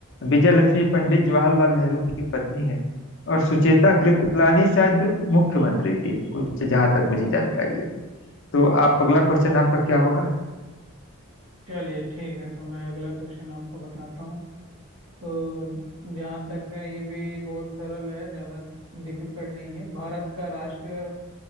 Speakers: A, on the left; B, on the right.
A: विजय लक्ष्मी पंडित जवाहरलाल नेहरू की पत्नी है और सुचेता कृपलानी शायद मुख्यमंत्री थी कुछ जहां तक मुझे जानकारी है तो आप अगला क्वेश्चन आपका क्या होगा
B: चलिए ठीक है तो मैं अगला क्वेश्चन आपको बताता हूँ तो जहाँ तक है ये भी बहुत सरल है ज़्यादा डिफिकल्ट नहीं है भारत का राष्ट्रीय